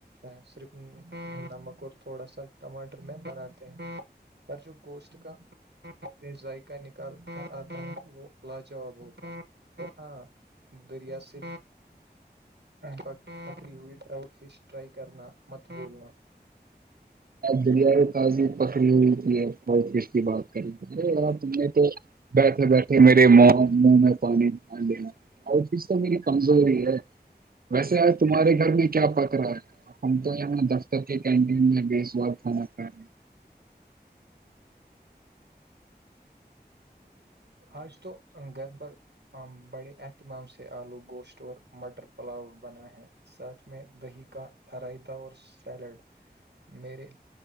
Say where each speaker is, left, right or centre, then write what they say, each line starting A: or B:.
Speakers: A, on the right (about 85°); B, on the right (about 60°).
A: ہے صرف نمک اور تھوڑا سا ٹماٹر میں بناتے ہیں پر جو گوشت کا اپنے ذائقہ نکال آ وہ لاجاب ہوتا ہاں دریا سے برف بری ہوئی رؤٹ فش رائی کرنا مت بولنا
B: دنیا میں تازی پکڑی ہوئی تھی بہت کس کی بات کری تھی آپ تم نے تو بیٹھے بیٹھے میرے ماں میں پانی لین اور چیز تو میری کمزوری ہے ویسے آج تمہارے گھر میں کیا پت رہا ہے ہم تو یہاں دفتر کے کینٹین میں بیچ بہت فم کا
A: آج تو گھر پر بڑے اہتمام سے آلو گوشتور مٹر پلاؤ بنا ہے ساتھ میں دہی کا رائتا اور سیلڈ میرے